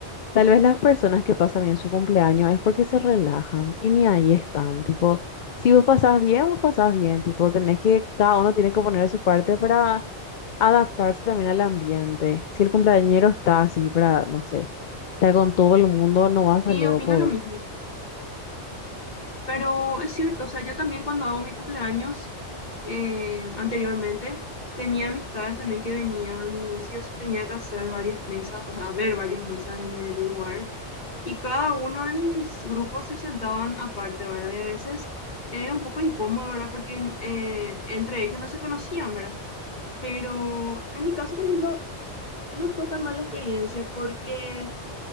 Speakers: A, on the left; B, on the left.
A: Tal vez las personas que pasan bien su cumpleaños es porque se relajan y ni ahí están. Tipo, si vos pasás bien, vos pasás bien. Tipo, tenés que, cada uno tiene que poner de su parte para adaptarse también al ambiente. Si el cumpleañero está así para, no sé, estar con todo el mundo, no vas a
B: Sí,
A: luego
B: opino
A: poder.
B: lo mismo, pero es cierto, o sea, yo también cuando hago mi cumpleaños eh, anteriormente tenía amistades también que venían y sí o sí tenía que hacer varias mesas, o sea, ver varias mesas en el lugar y cada uno de mis grupos se sentaban aparte, ¿verdad? Y a veces era un poco incómodo, ¿verdad? Porque eh, entre ellos no se conocían, ¿verdad? Pero en mi caso, por ejemplo, no fue tan mala experiencia porque